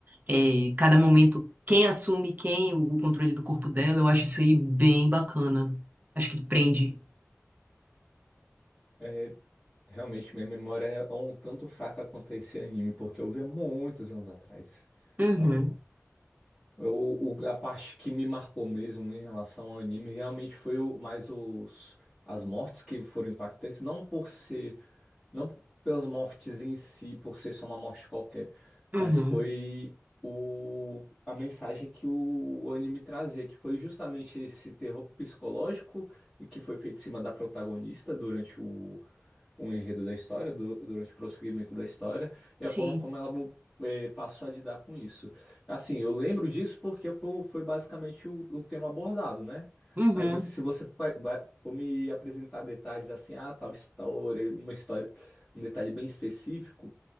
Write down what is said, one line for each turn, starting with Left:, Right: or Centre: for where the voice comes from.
Right: eh, cada momento, quem assume quem, o, controle do corpo dela, eu acho isso aí bem bacana. Acho que prende.
Left: é, realmente minha memória é um tanto fraca quanto a esse anime, porque eu vi há muitos anos atrás.
Right: Uhum,
Left: Então, eu, o- a parte que me marcou mesmo em relação ao anime realmente foi o- mais os, as mortes que foram impactantes, não por ser, não pelas mortes em si, por ser só uma morte qualquer, mas
Right: uhum,
Left: foi o, a mensagem que o anime trazia, que foi justamente esse terror psicológico e que foi feito em cima da protagonista durante o o enredo da história, du- durante o prosseguimento da história, e
Right: sim.
Left: a forma como ela mu- eh, passou a lidar com isso. Assim, eu lembro disso porque fo- foi, basicamente o, o tema abordado, né?
Right: Uhum,
Left: Mas assim, se você vai, vai- for me apresentar detalhes assim, ah, tal história, uma história, um detalhe bem específico,